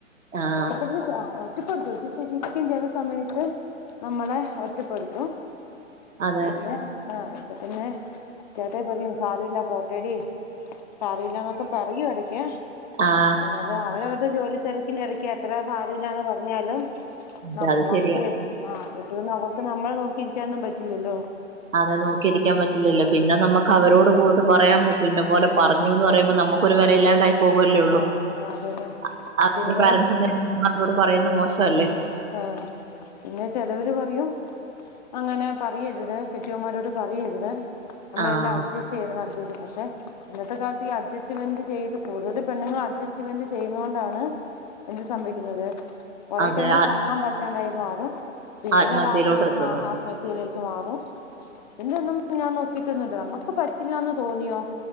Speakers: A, on the right; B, on the left.
A: ആഹ
B: ഒറ്റപ്പെടല് ആഹ് ഒറ്റപ്പെടുത്തും ഇത് ശരിക്കും ചെല നമ്മളെ ഒറ്റപ്പെടുത്തോ
A: അതെ
B: പിന്നെ ആ പിന്നെ ചേട്ടേ പറയും സാരല്യ പോട്ടേടി സാരല്യ എന്നൊക്കെ പറയൂ ഇടക്ക്
A: ആഹ്
B: എന്നാലും അവരവരുടെ ജോലി തിരക്കിനിടക്ക് എത്ര സാരല്യന്ന് പറഞ്ഞാലും
A: അതെ
B: നമ്മക്ക്
A: അത് ശരിയാ
B: ആ ഇപ്പതന്നെ നമ്മളെ നോക്കിഇരിക്ക ന്നും പറ്റില്ലല്ലോ
A: അതെ നോക്കിയിരിക്കാൻ പറ്റില്ലല്ലോ പിന്നെ നമുക്ക് അവരോട് പോയിട്ട് പറയാൻ പറ്റും ഇന്നെ പോലെ പറഞ്ഞു ന്ന് പറയുമ്പോ നമുക്ക് ഒരു വേലയില്ലാണ്ടായി പോകല്ലേള്ളൂ
B: ആ ആ അതന്നെ
A: <unintelligible>
B: പിന്നെ
A: പറയുന്ന് മോശല്ലേ
B: ആ പിന്നെ ചിലവര് പറയും അങ്ങനെ പറയരുത് കെട്ടിയന്മാരോട് പറയരുത് നമ്മളെല്ലാം
A: ആഹ്
B: അഡ്ജസ്റ്റ് ചെയ്യണം അഡ്ജ പക്ഷെ ഇന്നത്തെ കാലത്ത് ഈ അഡ്ജസ്റ്റ്മെന്റ് ചെയ്ത് കൂടുതൽ പെണ്ണുങ്ങൾ അഡ്ജസ്റ്റ്മെന്റ് ചെയ്ന്നകൊണ്ടാണ് ഇത് സംഭിക്കുന്നത് കൊറേ
A: അതെ
B: ക
A: ആ-
B: താങ്ങാ പറ്റാണ്ടായി മാറും പിന്നീട്
A: ആത്മഹത്യയിലോട്ട്
B: അത് ആത്മ
A: എത്തുന്നത്
B: ആത്മഹത്യയിലേക്ക് മാറും പിന്റെ ഒന്നും ഞാൻ നോക്കിട്ടൊന്നുംല്ല നമ്മുക്ക് പറ്റില്ലന്ന് തോന്നിയോ